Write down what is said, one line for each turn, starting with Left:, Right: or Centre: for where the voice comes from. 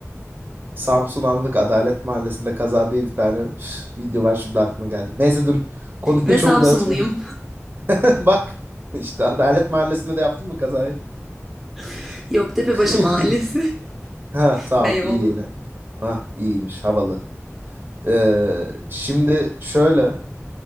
Right: Samsun Anlık Adalet Mahallesi'nde kaza diye bir tane üf, video var şimdi aklıma geldi. Neyse dur. Konuyu
Centre: Ve
Right: çok
Centre: Samsunluyum.
Right: dağıtmayayım. <laughs> Bak işte Adalet Mahallesi'nde de yaptın mı kazayı?
Centre: <laughs> Yoktepebaşı
Right: <laughs>
Centre: Mahallesi,
Right: Ha
Centre: <laughs>
Right: tamam
Centre: Beyoğlu.
Right: iyi yine. Ah iyiymiş havalı. Ee, şimdi şöyle